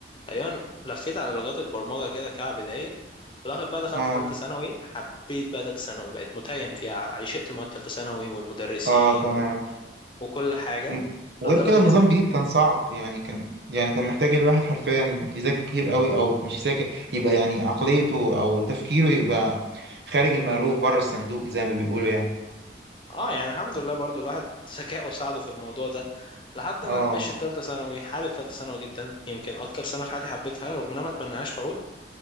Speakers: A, on the left; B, on the right.
A: تقريبا لفيت على لغات البرمجة كده كعب داير في الآخر بقى دخلت
B: اه
A: تالتة ثانوي حبيت بقى تالتة ثانوي بقيت متيم فيها عشقت مواد تالتة ثانوي والمدرسين
B: اه تمام
A: و... وكل حاجة
B: م- وغير
A: لدرجة
B: كده النظام
A: إن
B: الجديد كان صعب يعني كان يعني كان محتاج الواحد حرفيا يذاكر كتير قوي او مش يذاكر يبقى يعني عقليته او تفكيره يبقى خارج المألوف بره الصندوق زي ما بيقولوا يعني
A: آه يعني الحمد لله برضو الواحد ذكائه ساعده في الموضوع ده لحد
B: اه
A: ما مشيت تالتة ثانوي حابب تالتة ثانوي جدا يمكن أكتر سنة في حياتي حبيتها رغم إن أنا ما أتمناهاش تعود